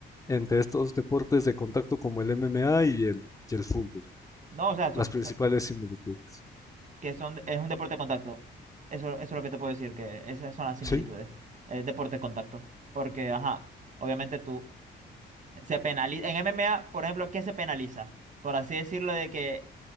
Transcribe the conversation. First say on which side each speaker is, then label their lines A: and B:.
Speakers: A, on the left (about 15°); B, on the right (about 40°).
A: entre estos deportes de contacto como el MMA y el, y el fútbol,
B: No, o sea, son,
A: las principales similitudes.
B: que son, es un deporte de contacto. Eso, eso es lo que te puedo decir, que esas son las similitudes.
A: Sí,
B: Es deporte de contacto. Porque, ajá, obviamente tú se penaliza. En MMA, por ejemplo, ¿qué se penaliza? Por así decirlo, de que